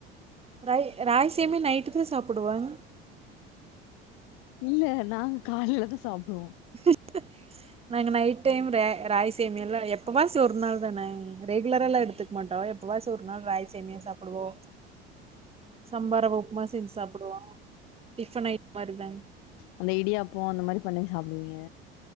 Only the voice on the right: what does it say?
ரை ராகிசேமியா நைட்டுக்கு சாப்புடுவங்
<unintelligible> நாங்க நைட் டைம் ரை ராகி சேமியால்லா எப்போவாச்சி ஒரு நாள் தான ரெகுலரலா எடுத்து மாட்டோ எப்பவாச்சு ஒரு நாள் ராகி சேமியா சாப்டுவோ சம்பா ரவ உப்புமா செஞ்சு சாப்டுவோ டிஃபன் ஐட் மாரி தாங்